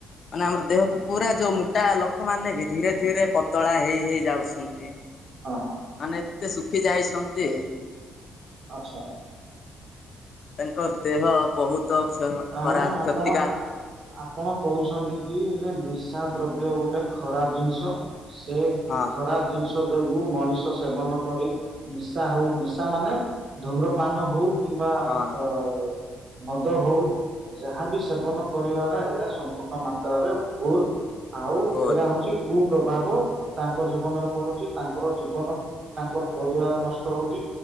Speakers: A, on the left; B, on the right.
A: ମାନେ ଆମର ଦେହ ପୁରା ଯୋଉ ମୁଟା ଲୋକ ମାନେ ବି ଧୀରେ ଧୀରେ ପତଳା ହେଇ ହେଇ ଯାଉଛନ୍ତି।
B: ହଁ
A: ମାନେ ଏତେ ଶୁକି ଯାଇଛନ୍ତି।
B: ଆଚ୍ଛା।
A: ତାଙ୍କ ଦେହ ବୋହୁତ କ୍ଷ
B: ତାମାନେ
A: ଖରାପ
B: ଆପଣ
A: କ୍ଷତିକାର
B: ଆପଣ କହୁଛନ୍ତି କି ଯେ ନିଶା ଦ୍ରବ୍ୟ ଗୋଟେ ଖରାପ ଜିନିଷ ସେ
A: ହଁ
B: ଖରାପ ଜିନିଷ ଯୋଗୁ। ମଣିଷ ସେବନ କରି ନିଶା ହୋଉ ନିଶା ମାନେ ଧୂମ୍ରପାନ ହୋଉ କିମ୍ବା
A: ହଁ
B: ଅଁ ମଦ ହୋଉ। ଯାହାବି ସେବନ କରିବା ନା ଏରା ସମ୍ପୂର୍ଣ୍ଣ ମାତ୍ରାରେ ଭୁଲ। ଆଉ
A: ଗୋଲ
B: ଏଇରା ହୋଉଛି କୁ ପ୍ରଭାବ ତାଙ୍କ ଜୀବନରେ ପଡ଼ୁଚି ତାଙ୍କର ଜୀବନ ତାଙ୍କର ପରିବାର ନଷ୍ଟ ହୋଉଚି।